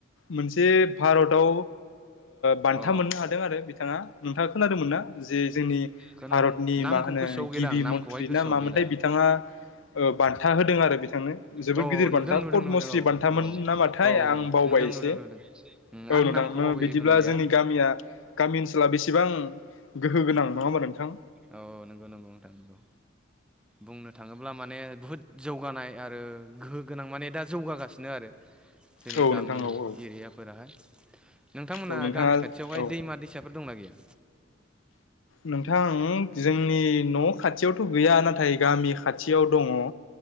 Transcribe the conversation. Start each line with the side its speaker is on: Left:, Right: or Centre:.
Left: मोनसे भा रद' ओ बानाय बानथा
Centre: अ
Left: मोननो हादों आरो बिथाङा नोंथाङा खोनादोंमोना जे जोंनि
Centre: खोनादों
Left: भारनि
Centre: नामखौ
Left: मा होनो
Centre: गोसोआव गैला
Left: गिबि
Centre: आं नामखौहाय
Left: मन्त्रि
Centre: गोसोआव
Left: ना मामोनथाय
Centre: गैला
Left: बिथाङा बान्था
Centre: अ
Left: होदों आरो बिथांनो जोबोद
Centre: औ
Left: गिदिर
Centre: नुदों
Left: बान्था
Centre: नुदों
Left: पद
Centre: नुदों
Left: मुस्रि बान्थामोन
Centre: औ
Left: नामाथाय
Centre: औ
Left: आं बावबाय
Centre: नुदों
Left: एसे
Centre: नुदों नुदों उम आं
Left: औ दानो
Centre: नामखौ बावबाय
Left: बिदिब्ला
Centre: जिखुनु जाया
Left: जोंनि गामिया गामि ओनसोलााव बेसेबां गोहो गोनां नङा होमा नोंथां
Centre: औ नंगौ नंगौ नोंथां नंगौ बुंनो थाङोब्ला माने बुहुद जौगानाय आरो गोहो गोनां माने दा जौगागासिनो आरो जोंनि
Left: औ
Centre: गामि
Left: नोंथां औ औ
Centre: एरियाफोराहाय नोंथांमोनहा
Left: औ नोंथाङा
Centre: गामि खाथियावहाय
Left: औ
Centre: दैमा दैसाफोर दंना गैया?
Left: नोंथां जोंनि न' खाथियावथ' गैया नाथ नाथाय गामि खाथियाव दङ